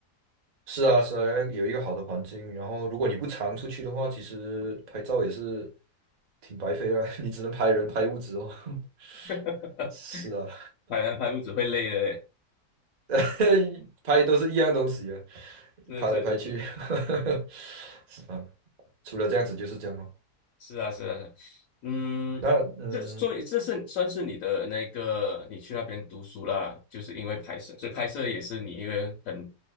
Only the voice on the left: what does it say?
<laughs>
拍来拍屋子会累的嘞。
是是是。
是啊，是啊，是啊嗯，
这所以这是算是你的那个，你去那边读书啦，就是因为拍摄，所以拍摄也是你一个很